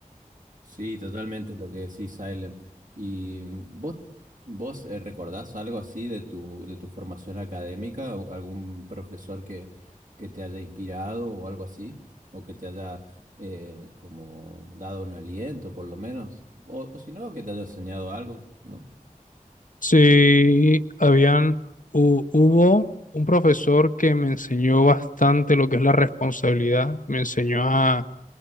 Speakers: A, on the right; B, on the left.
A: Sí, totalmente lo que decís, Silent. ¿Y mm, vos, vos eh, recordás algo así de tu, de tu formación académica? ¿O ¿Algún profesor que, que te haya inspirado o algo así? ¿O que te haya eh, como dado un aliento, por lo menos? O, o si no, que te haya enseñado algo, ¿no?
B: Sí, habían, hu- hubo un profesor que me enseñó bastante lo que es la responsabilidad, me enseñó a,